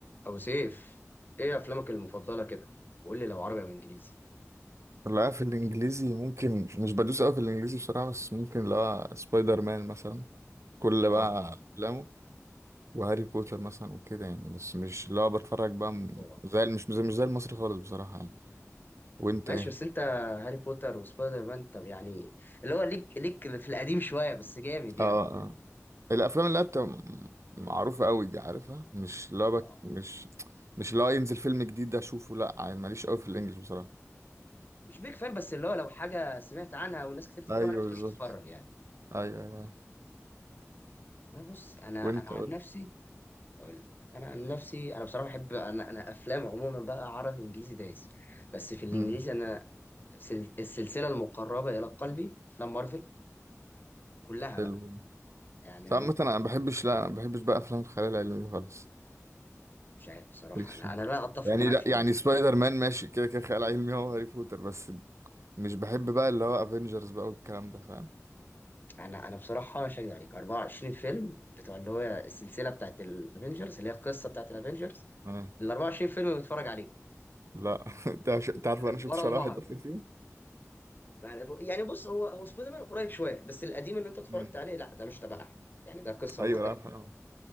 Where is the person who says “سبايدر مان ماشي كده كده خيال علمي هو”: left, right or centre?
Right